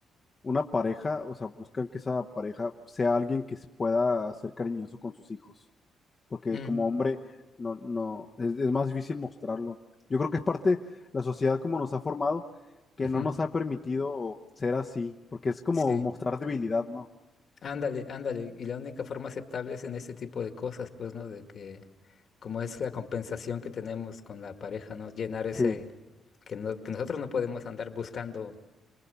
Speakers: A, on the left; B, on the left.
A: una pareja, o sea, buscan que esa pareja sea alguien que se pueda ser cariñoso con sus hijos. porque
B: Mm,
A: como hombre no, no, es, es más difícil mostrarlo. Yo creo que es parte la sociedad como nos ha formado, que
B: ujú.
A: no nos ha permitido ser así, porque es como
B: Sí,
A: mostrar debilidad, ¿no?
B: Ándale, ándale. Y la única forma aceptable es en este tipo de cosas, pues, ¿no? De que, como es la compensación que tenemos con la pareja, ¿no? Llenar ese,
A: Sí.
B: que, no- que nosotros no podemos andar buscando,